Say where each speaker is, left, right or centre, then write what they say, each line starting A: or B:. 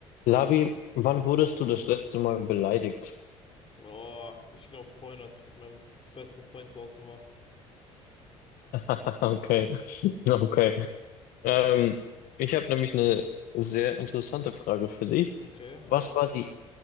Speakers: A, on the left; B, on the left.
A: Labi, wann wurdest du das letzte Mal beleidigt?
B: Oh, ich glaube vorhin, als ich mit meinem besten Freund draußen war.
A: <laughs> Okay, okay. Ähm, ich habe nämlich eine sehr interessante Frage für dich.
B: Okay,
A: Was
B: hau
A: war
B: auf.
A: die,